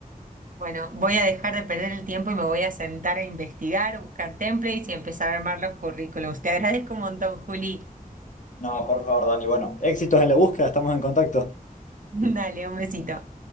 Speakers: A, on the right; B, on the left.
A: Bueno, voy a dejar de perder el tiempo y me voy a sentar a investigar, buscar templates y empezar a armar los currículums. Te agradezco un montón, Juli.
B: No, por favor, Dani, bueno, éxitos en la búsqueda, estamos en contacto.
A: <laughs> Dale, un besito.